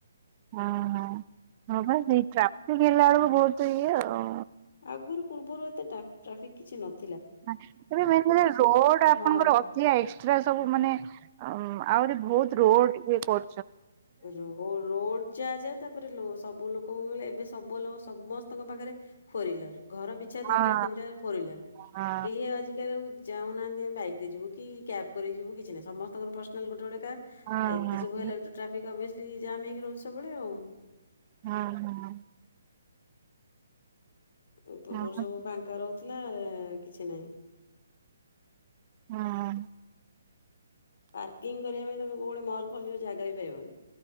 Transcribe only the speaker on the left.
ଆଗରୁ ପୂର୍ବରୁ ଏତ ଟ୍ରା ଟ୍ରାଫିକ କିଛି ନ
ହଁ
ରୋ ରୋଡ ଜା ଜା ତାପରେ ଲୋ ସବୁ ଲୋକଙ୍କ କହିଲେ, ଏବେ ସବୁ ଲୋକ ସମସ୍ତଙ୍କ ପାଖରେ ଫୋରହ୍ୱିଲର। ଘର ପିଛା
ଦିଟା ତିନିଟା ଫୋର ହ୍ୱିଲର,
କେହି ଆଉ ଆଜିିକାଲି ଚାହୁଁନାହାନ୍ତି ଆମେ ବାଇକରେ ଯିବୁ କି, କ୍ୟାବ କରିକି ଯିବୁ କିଛି ନାହିଁ। ସମ ସ୍ତଙ୍କର ପର୍ସନାଲ ଗୋଟେ ଗୋଟେ କାର୍।
ଆ ଏତ ସବୁ
ହେଲା ଭି <unintelligible> ଓଭିଅସଲି ଯାମ୍ ହେଇକି ରହୁଛି ସବୁବେଳେ ଆଉ।
ପୂର୍ବରୁ
ସବୁ ଫାଙ୍କା ରହୁଥିଲା କିଛି ନାହିଁ।
ପାର୍କିଂ କରିବା ପାଇଁ, ତମକୁ କୋଉ ଗୋଟେ ମଲ୍ ଫଲ ଯିବ ଜାଗା ବି ପାଇବନି।